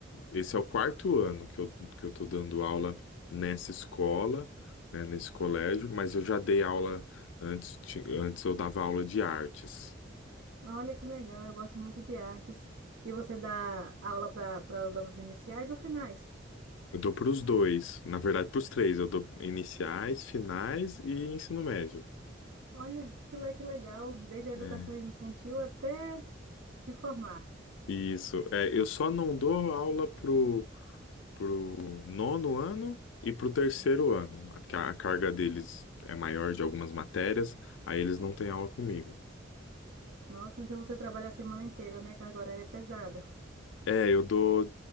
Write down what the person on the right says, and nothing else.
olha que legal, eu gosto muito de artes. E você dá aula para para os anos iniciais ou finais?
Olha, que le- que legal, desde a
educação infantil até se formar.
Nossa, então você trabalha a semana inteira, né? Carga horária é pesada.